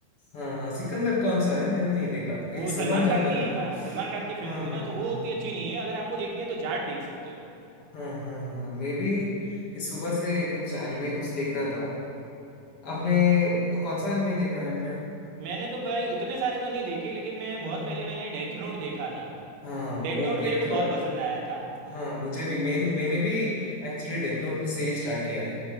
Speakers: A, on the left; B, on the right.
A: हाँ हाँ सिकंदर कौन सा है मैंने नहीं देखा
B: वो
A: ये सलमान
B: सलमान
A: खान
B: खान
A: का
B: की
A: था ना
B: हाँ सलमान खान की फिल्म
A: हाँ
B: थी
A: हाँ
B: ना तो वो
A: हाँ
B: उतनी
A: हाँ
B: अच्छी नहीं है अगर आपको देखनी है तो जाट देख सकते हो
A: हाँ हाँ हाँ मैं भी इस सुबह से कुछ एनिमे कुछ देख रहा था आपने कौन सा एनिमे देखा है आपने
B: मैंने तो भाई उतने सारे तो नहीं देखे लेकिन मैं बहुत
A: हम्म
B: पहले मैंने डेथ नोट देखा था
A: हाँ
B: डेथ
A: वो
B: नोट
A: एक
B: मेरे को बहुत पसंद आया था
A: हाँ मुझे भी मैंने मैंने भी एक्चुअली डेथ नोट से ही स्टार्ट किया है